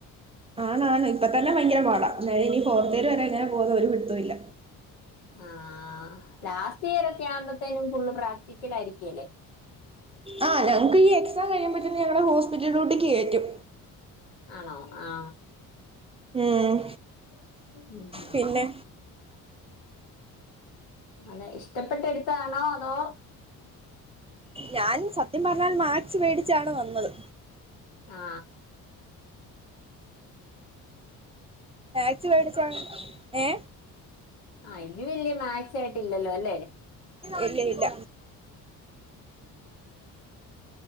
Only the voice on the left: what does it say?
ആ ലാസ്റ്റ് ഇയർ ഒക്കെ ആവുമ്പോത്തേനും ഫുള്ള് പ്രാക്ടിക്കല് ആയിരിക്കല്ലേ.
ആണോ ആ
ഉം ഉം
അതെ ഇഷ്ടപ്പെട്ടെടുത്താണോ അതോ
ആ
ആ ഇത് വെല്യ മാക്സി ആയിട്ടില്ലല്ലോ അൽ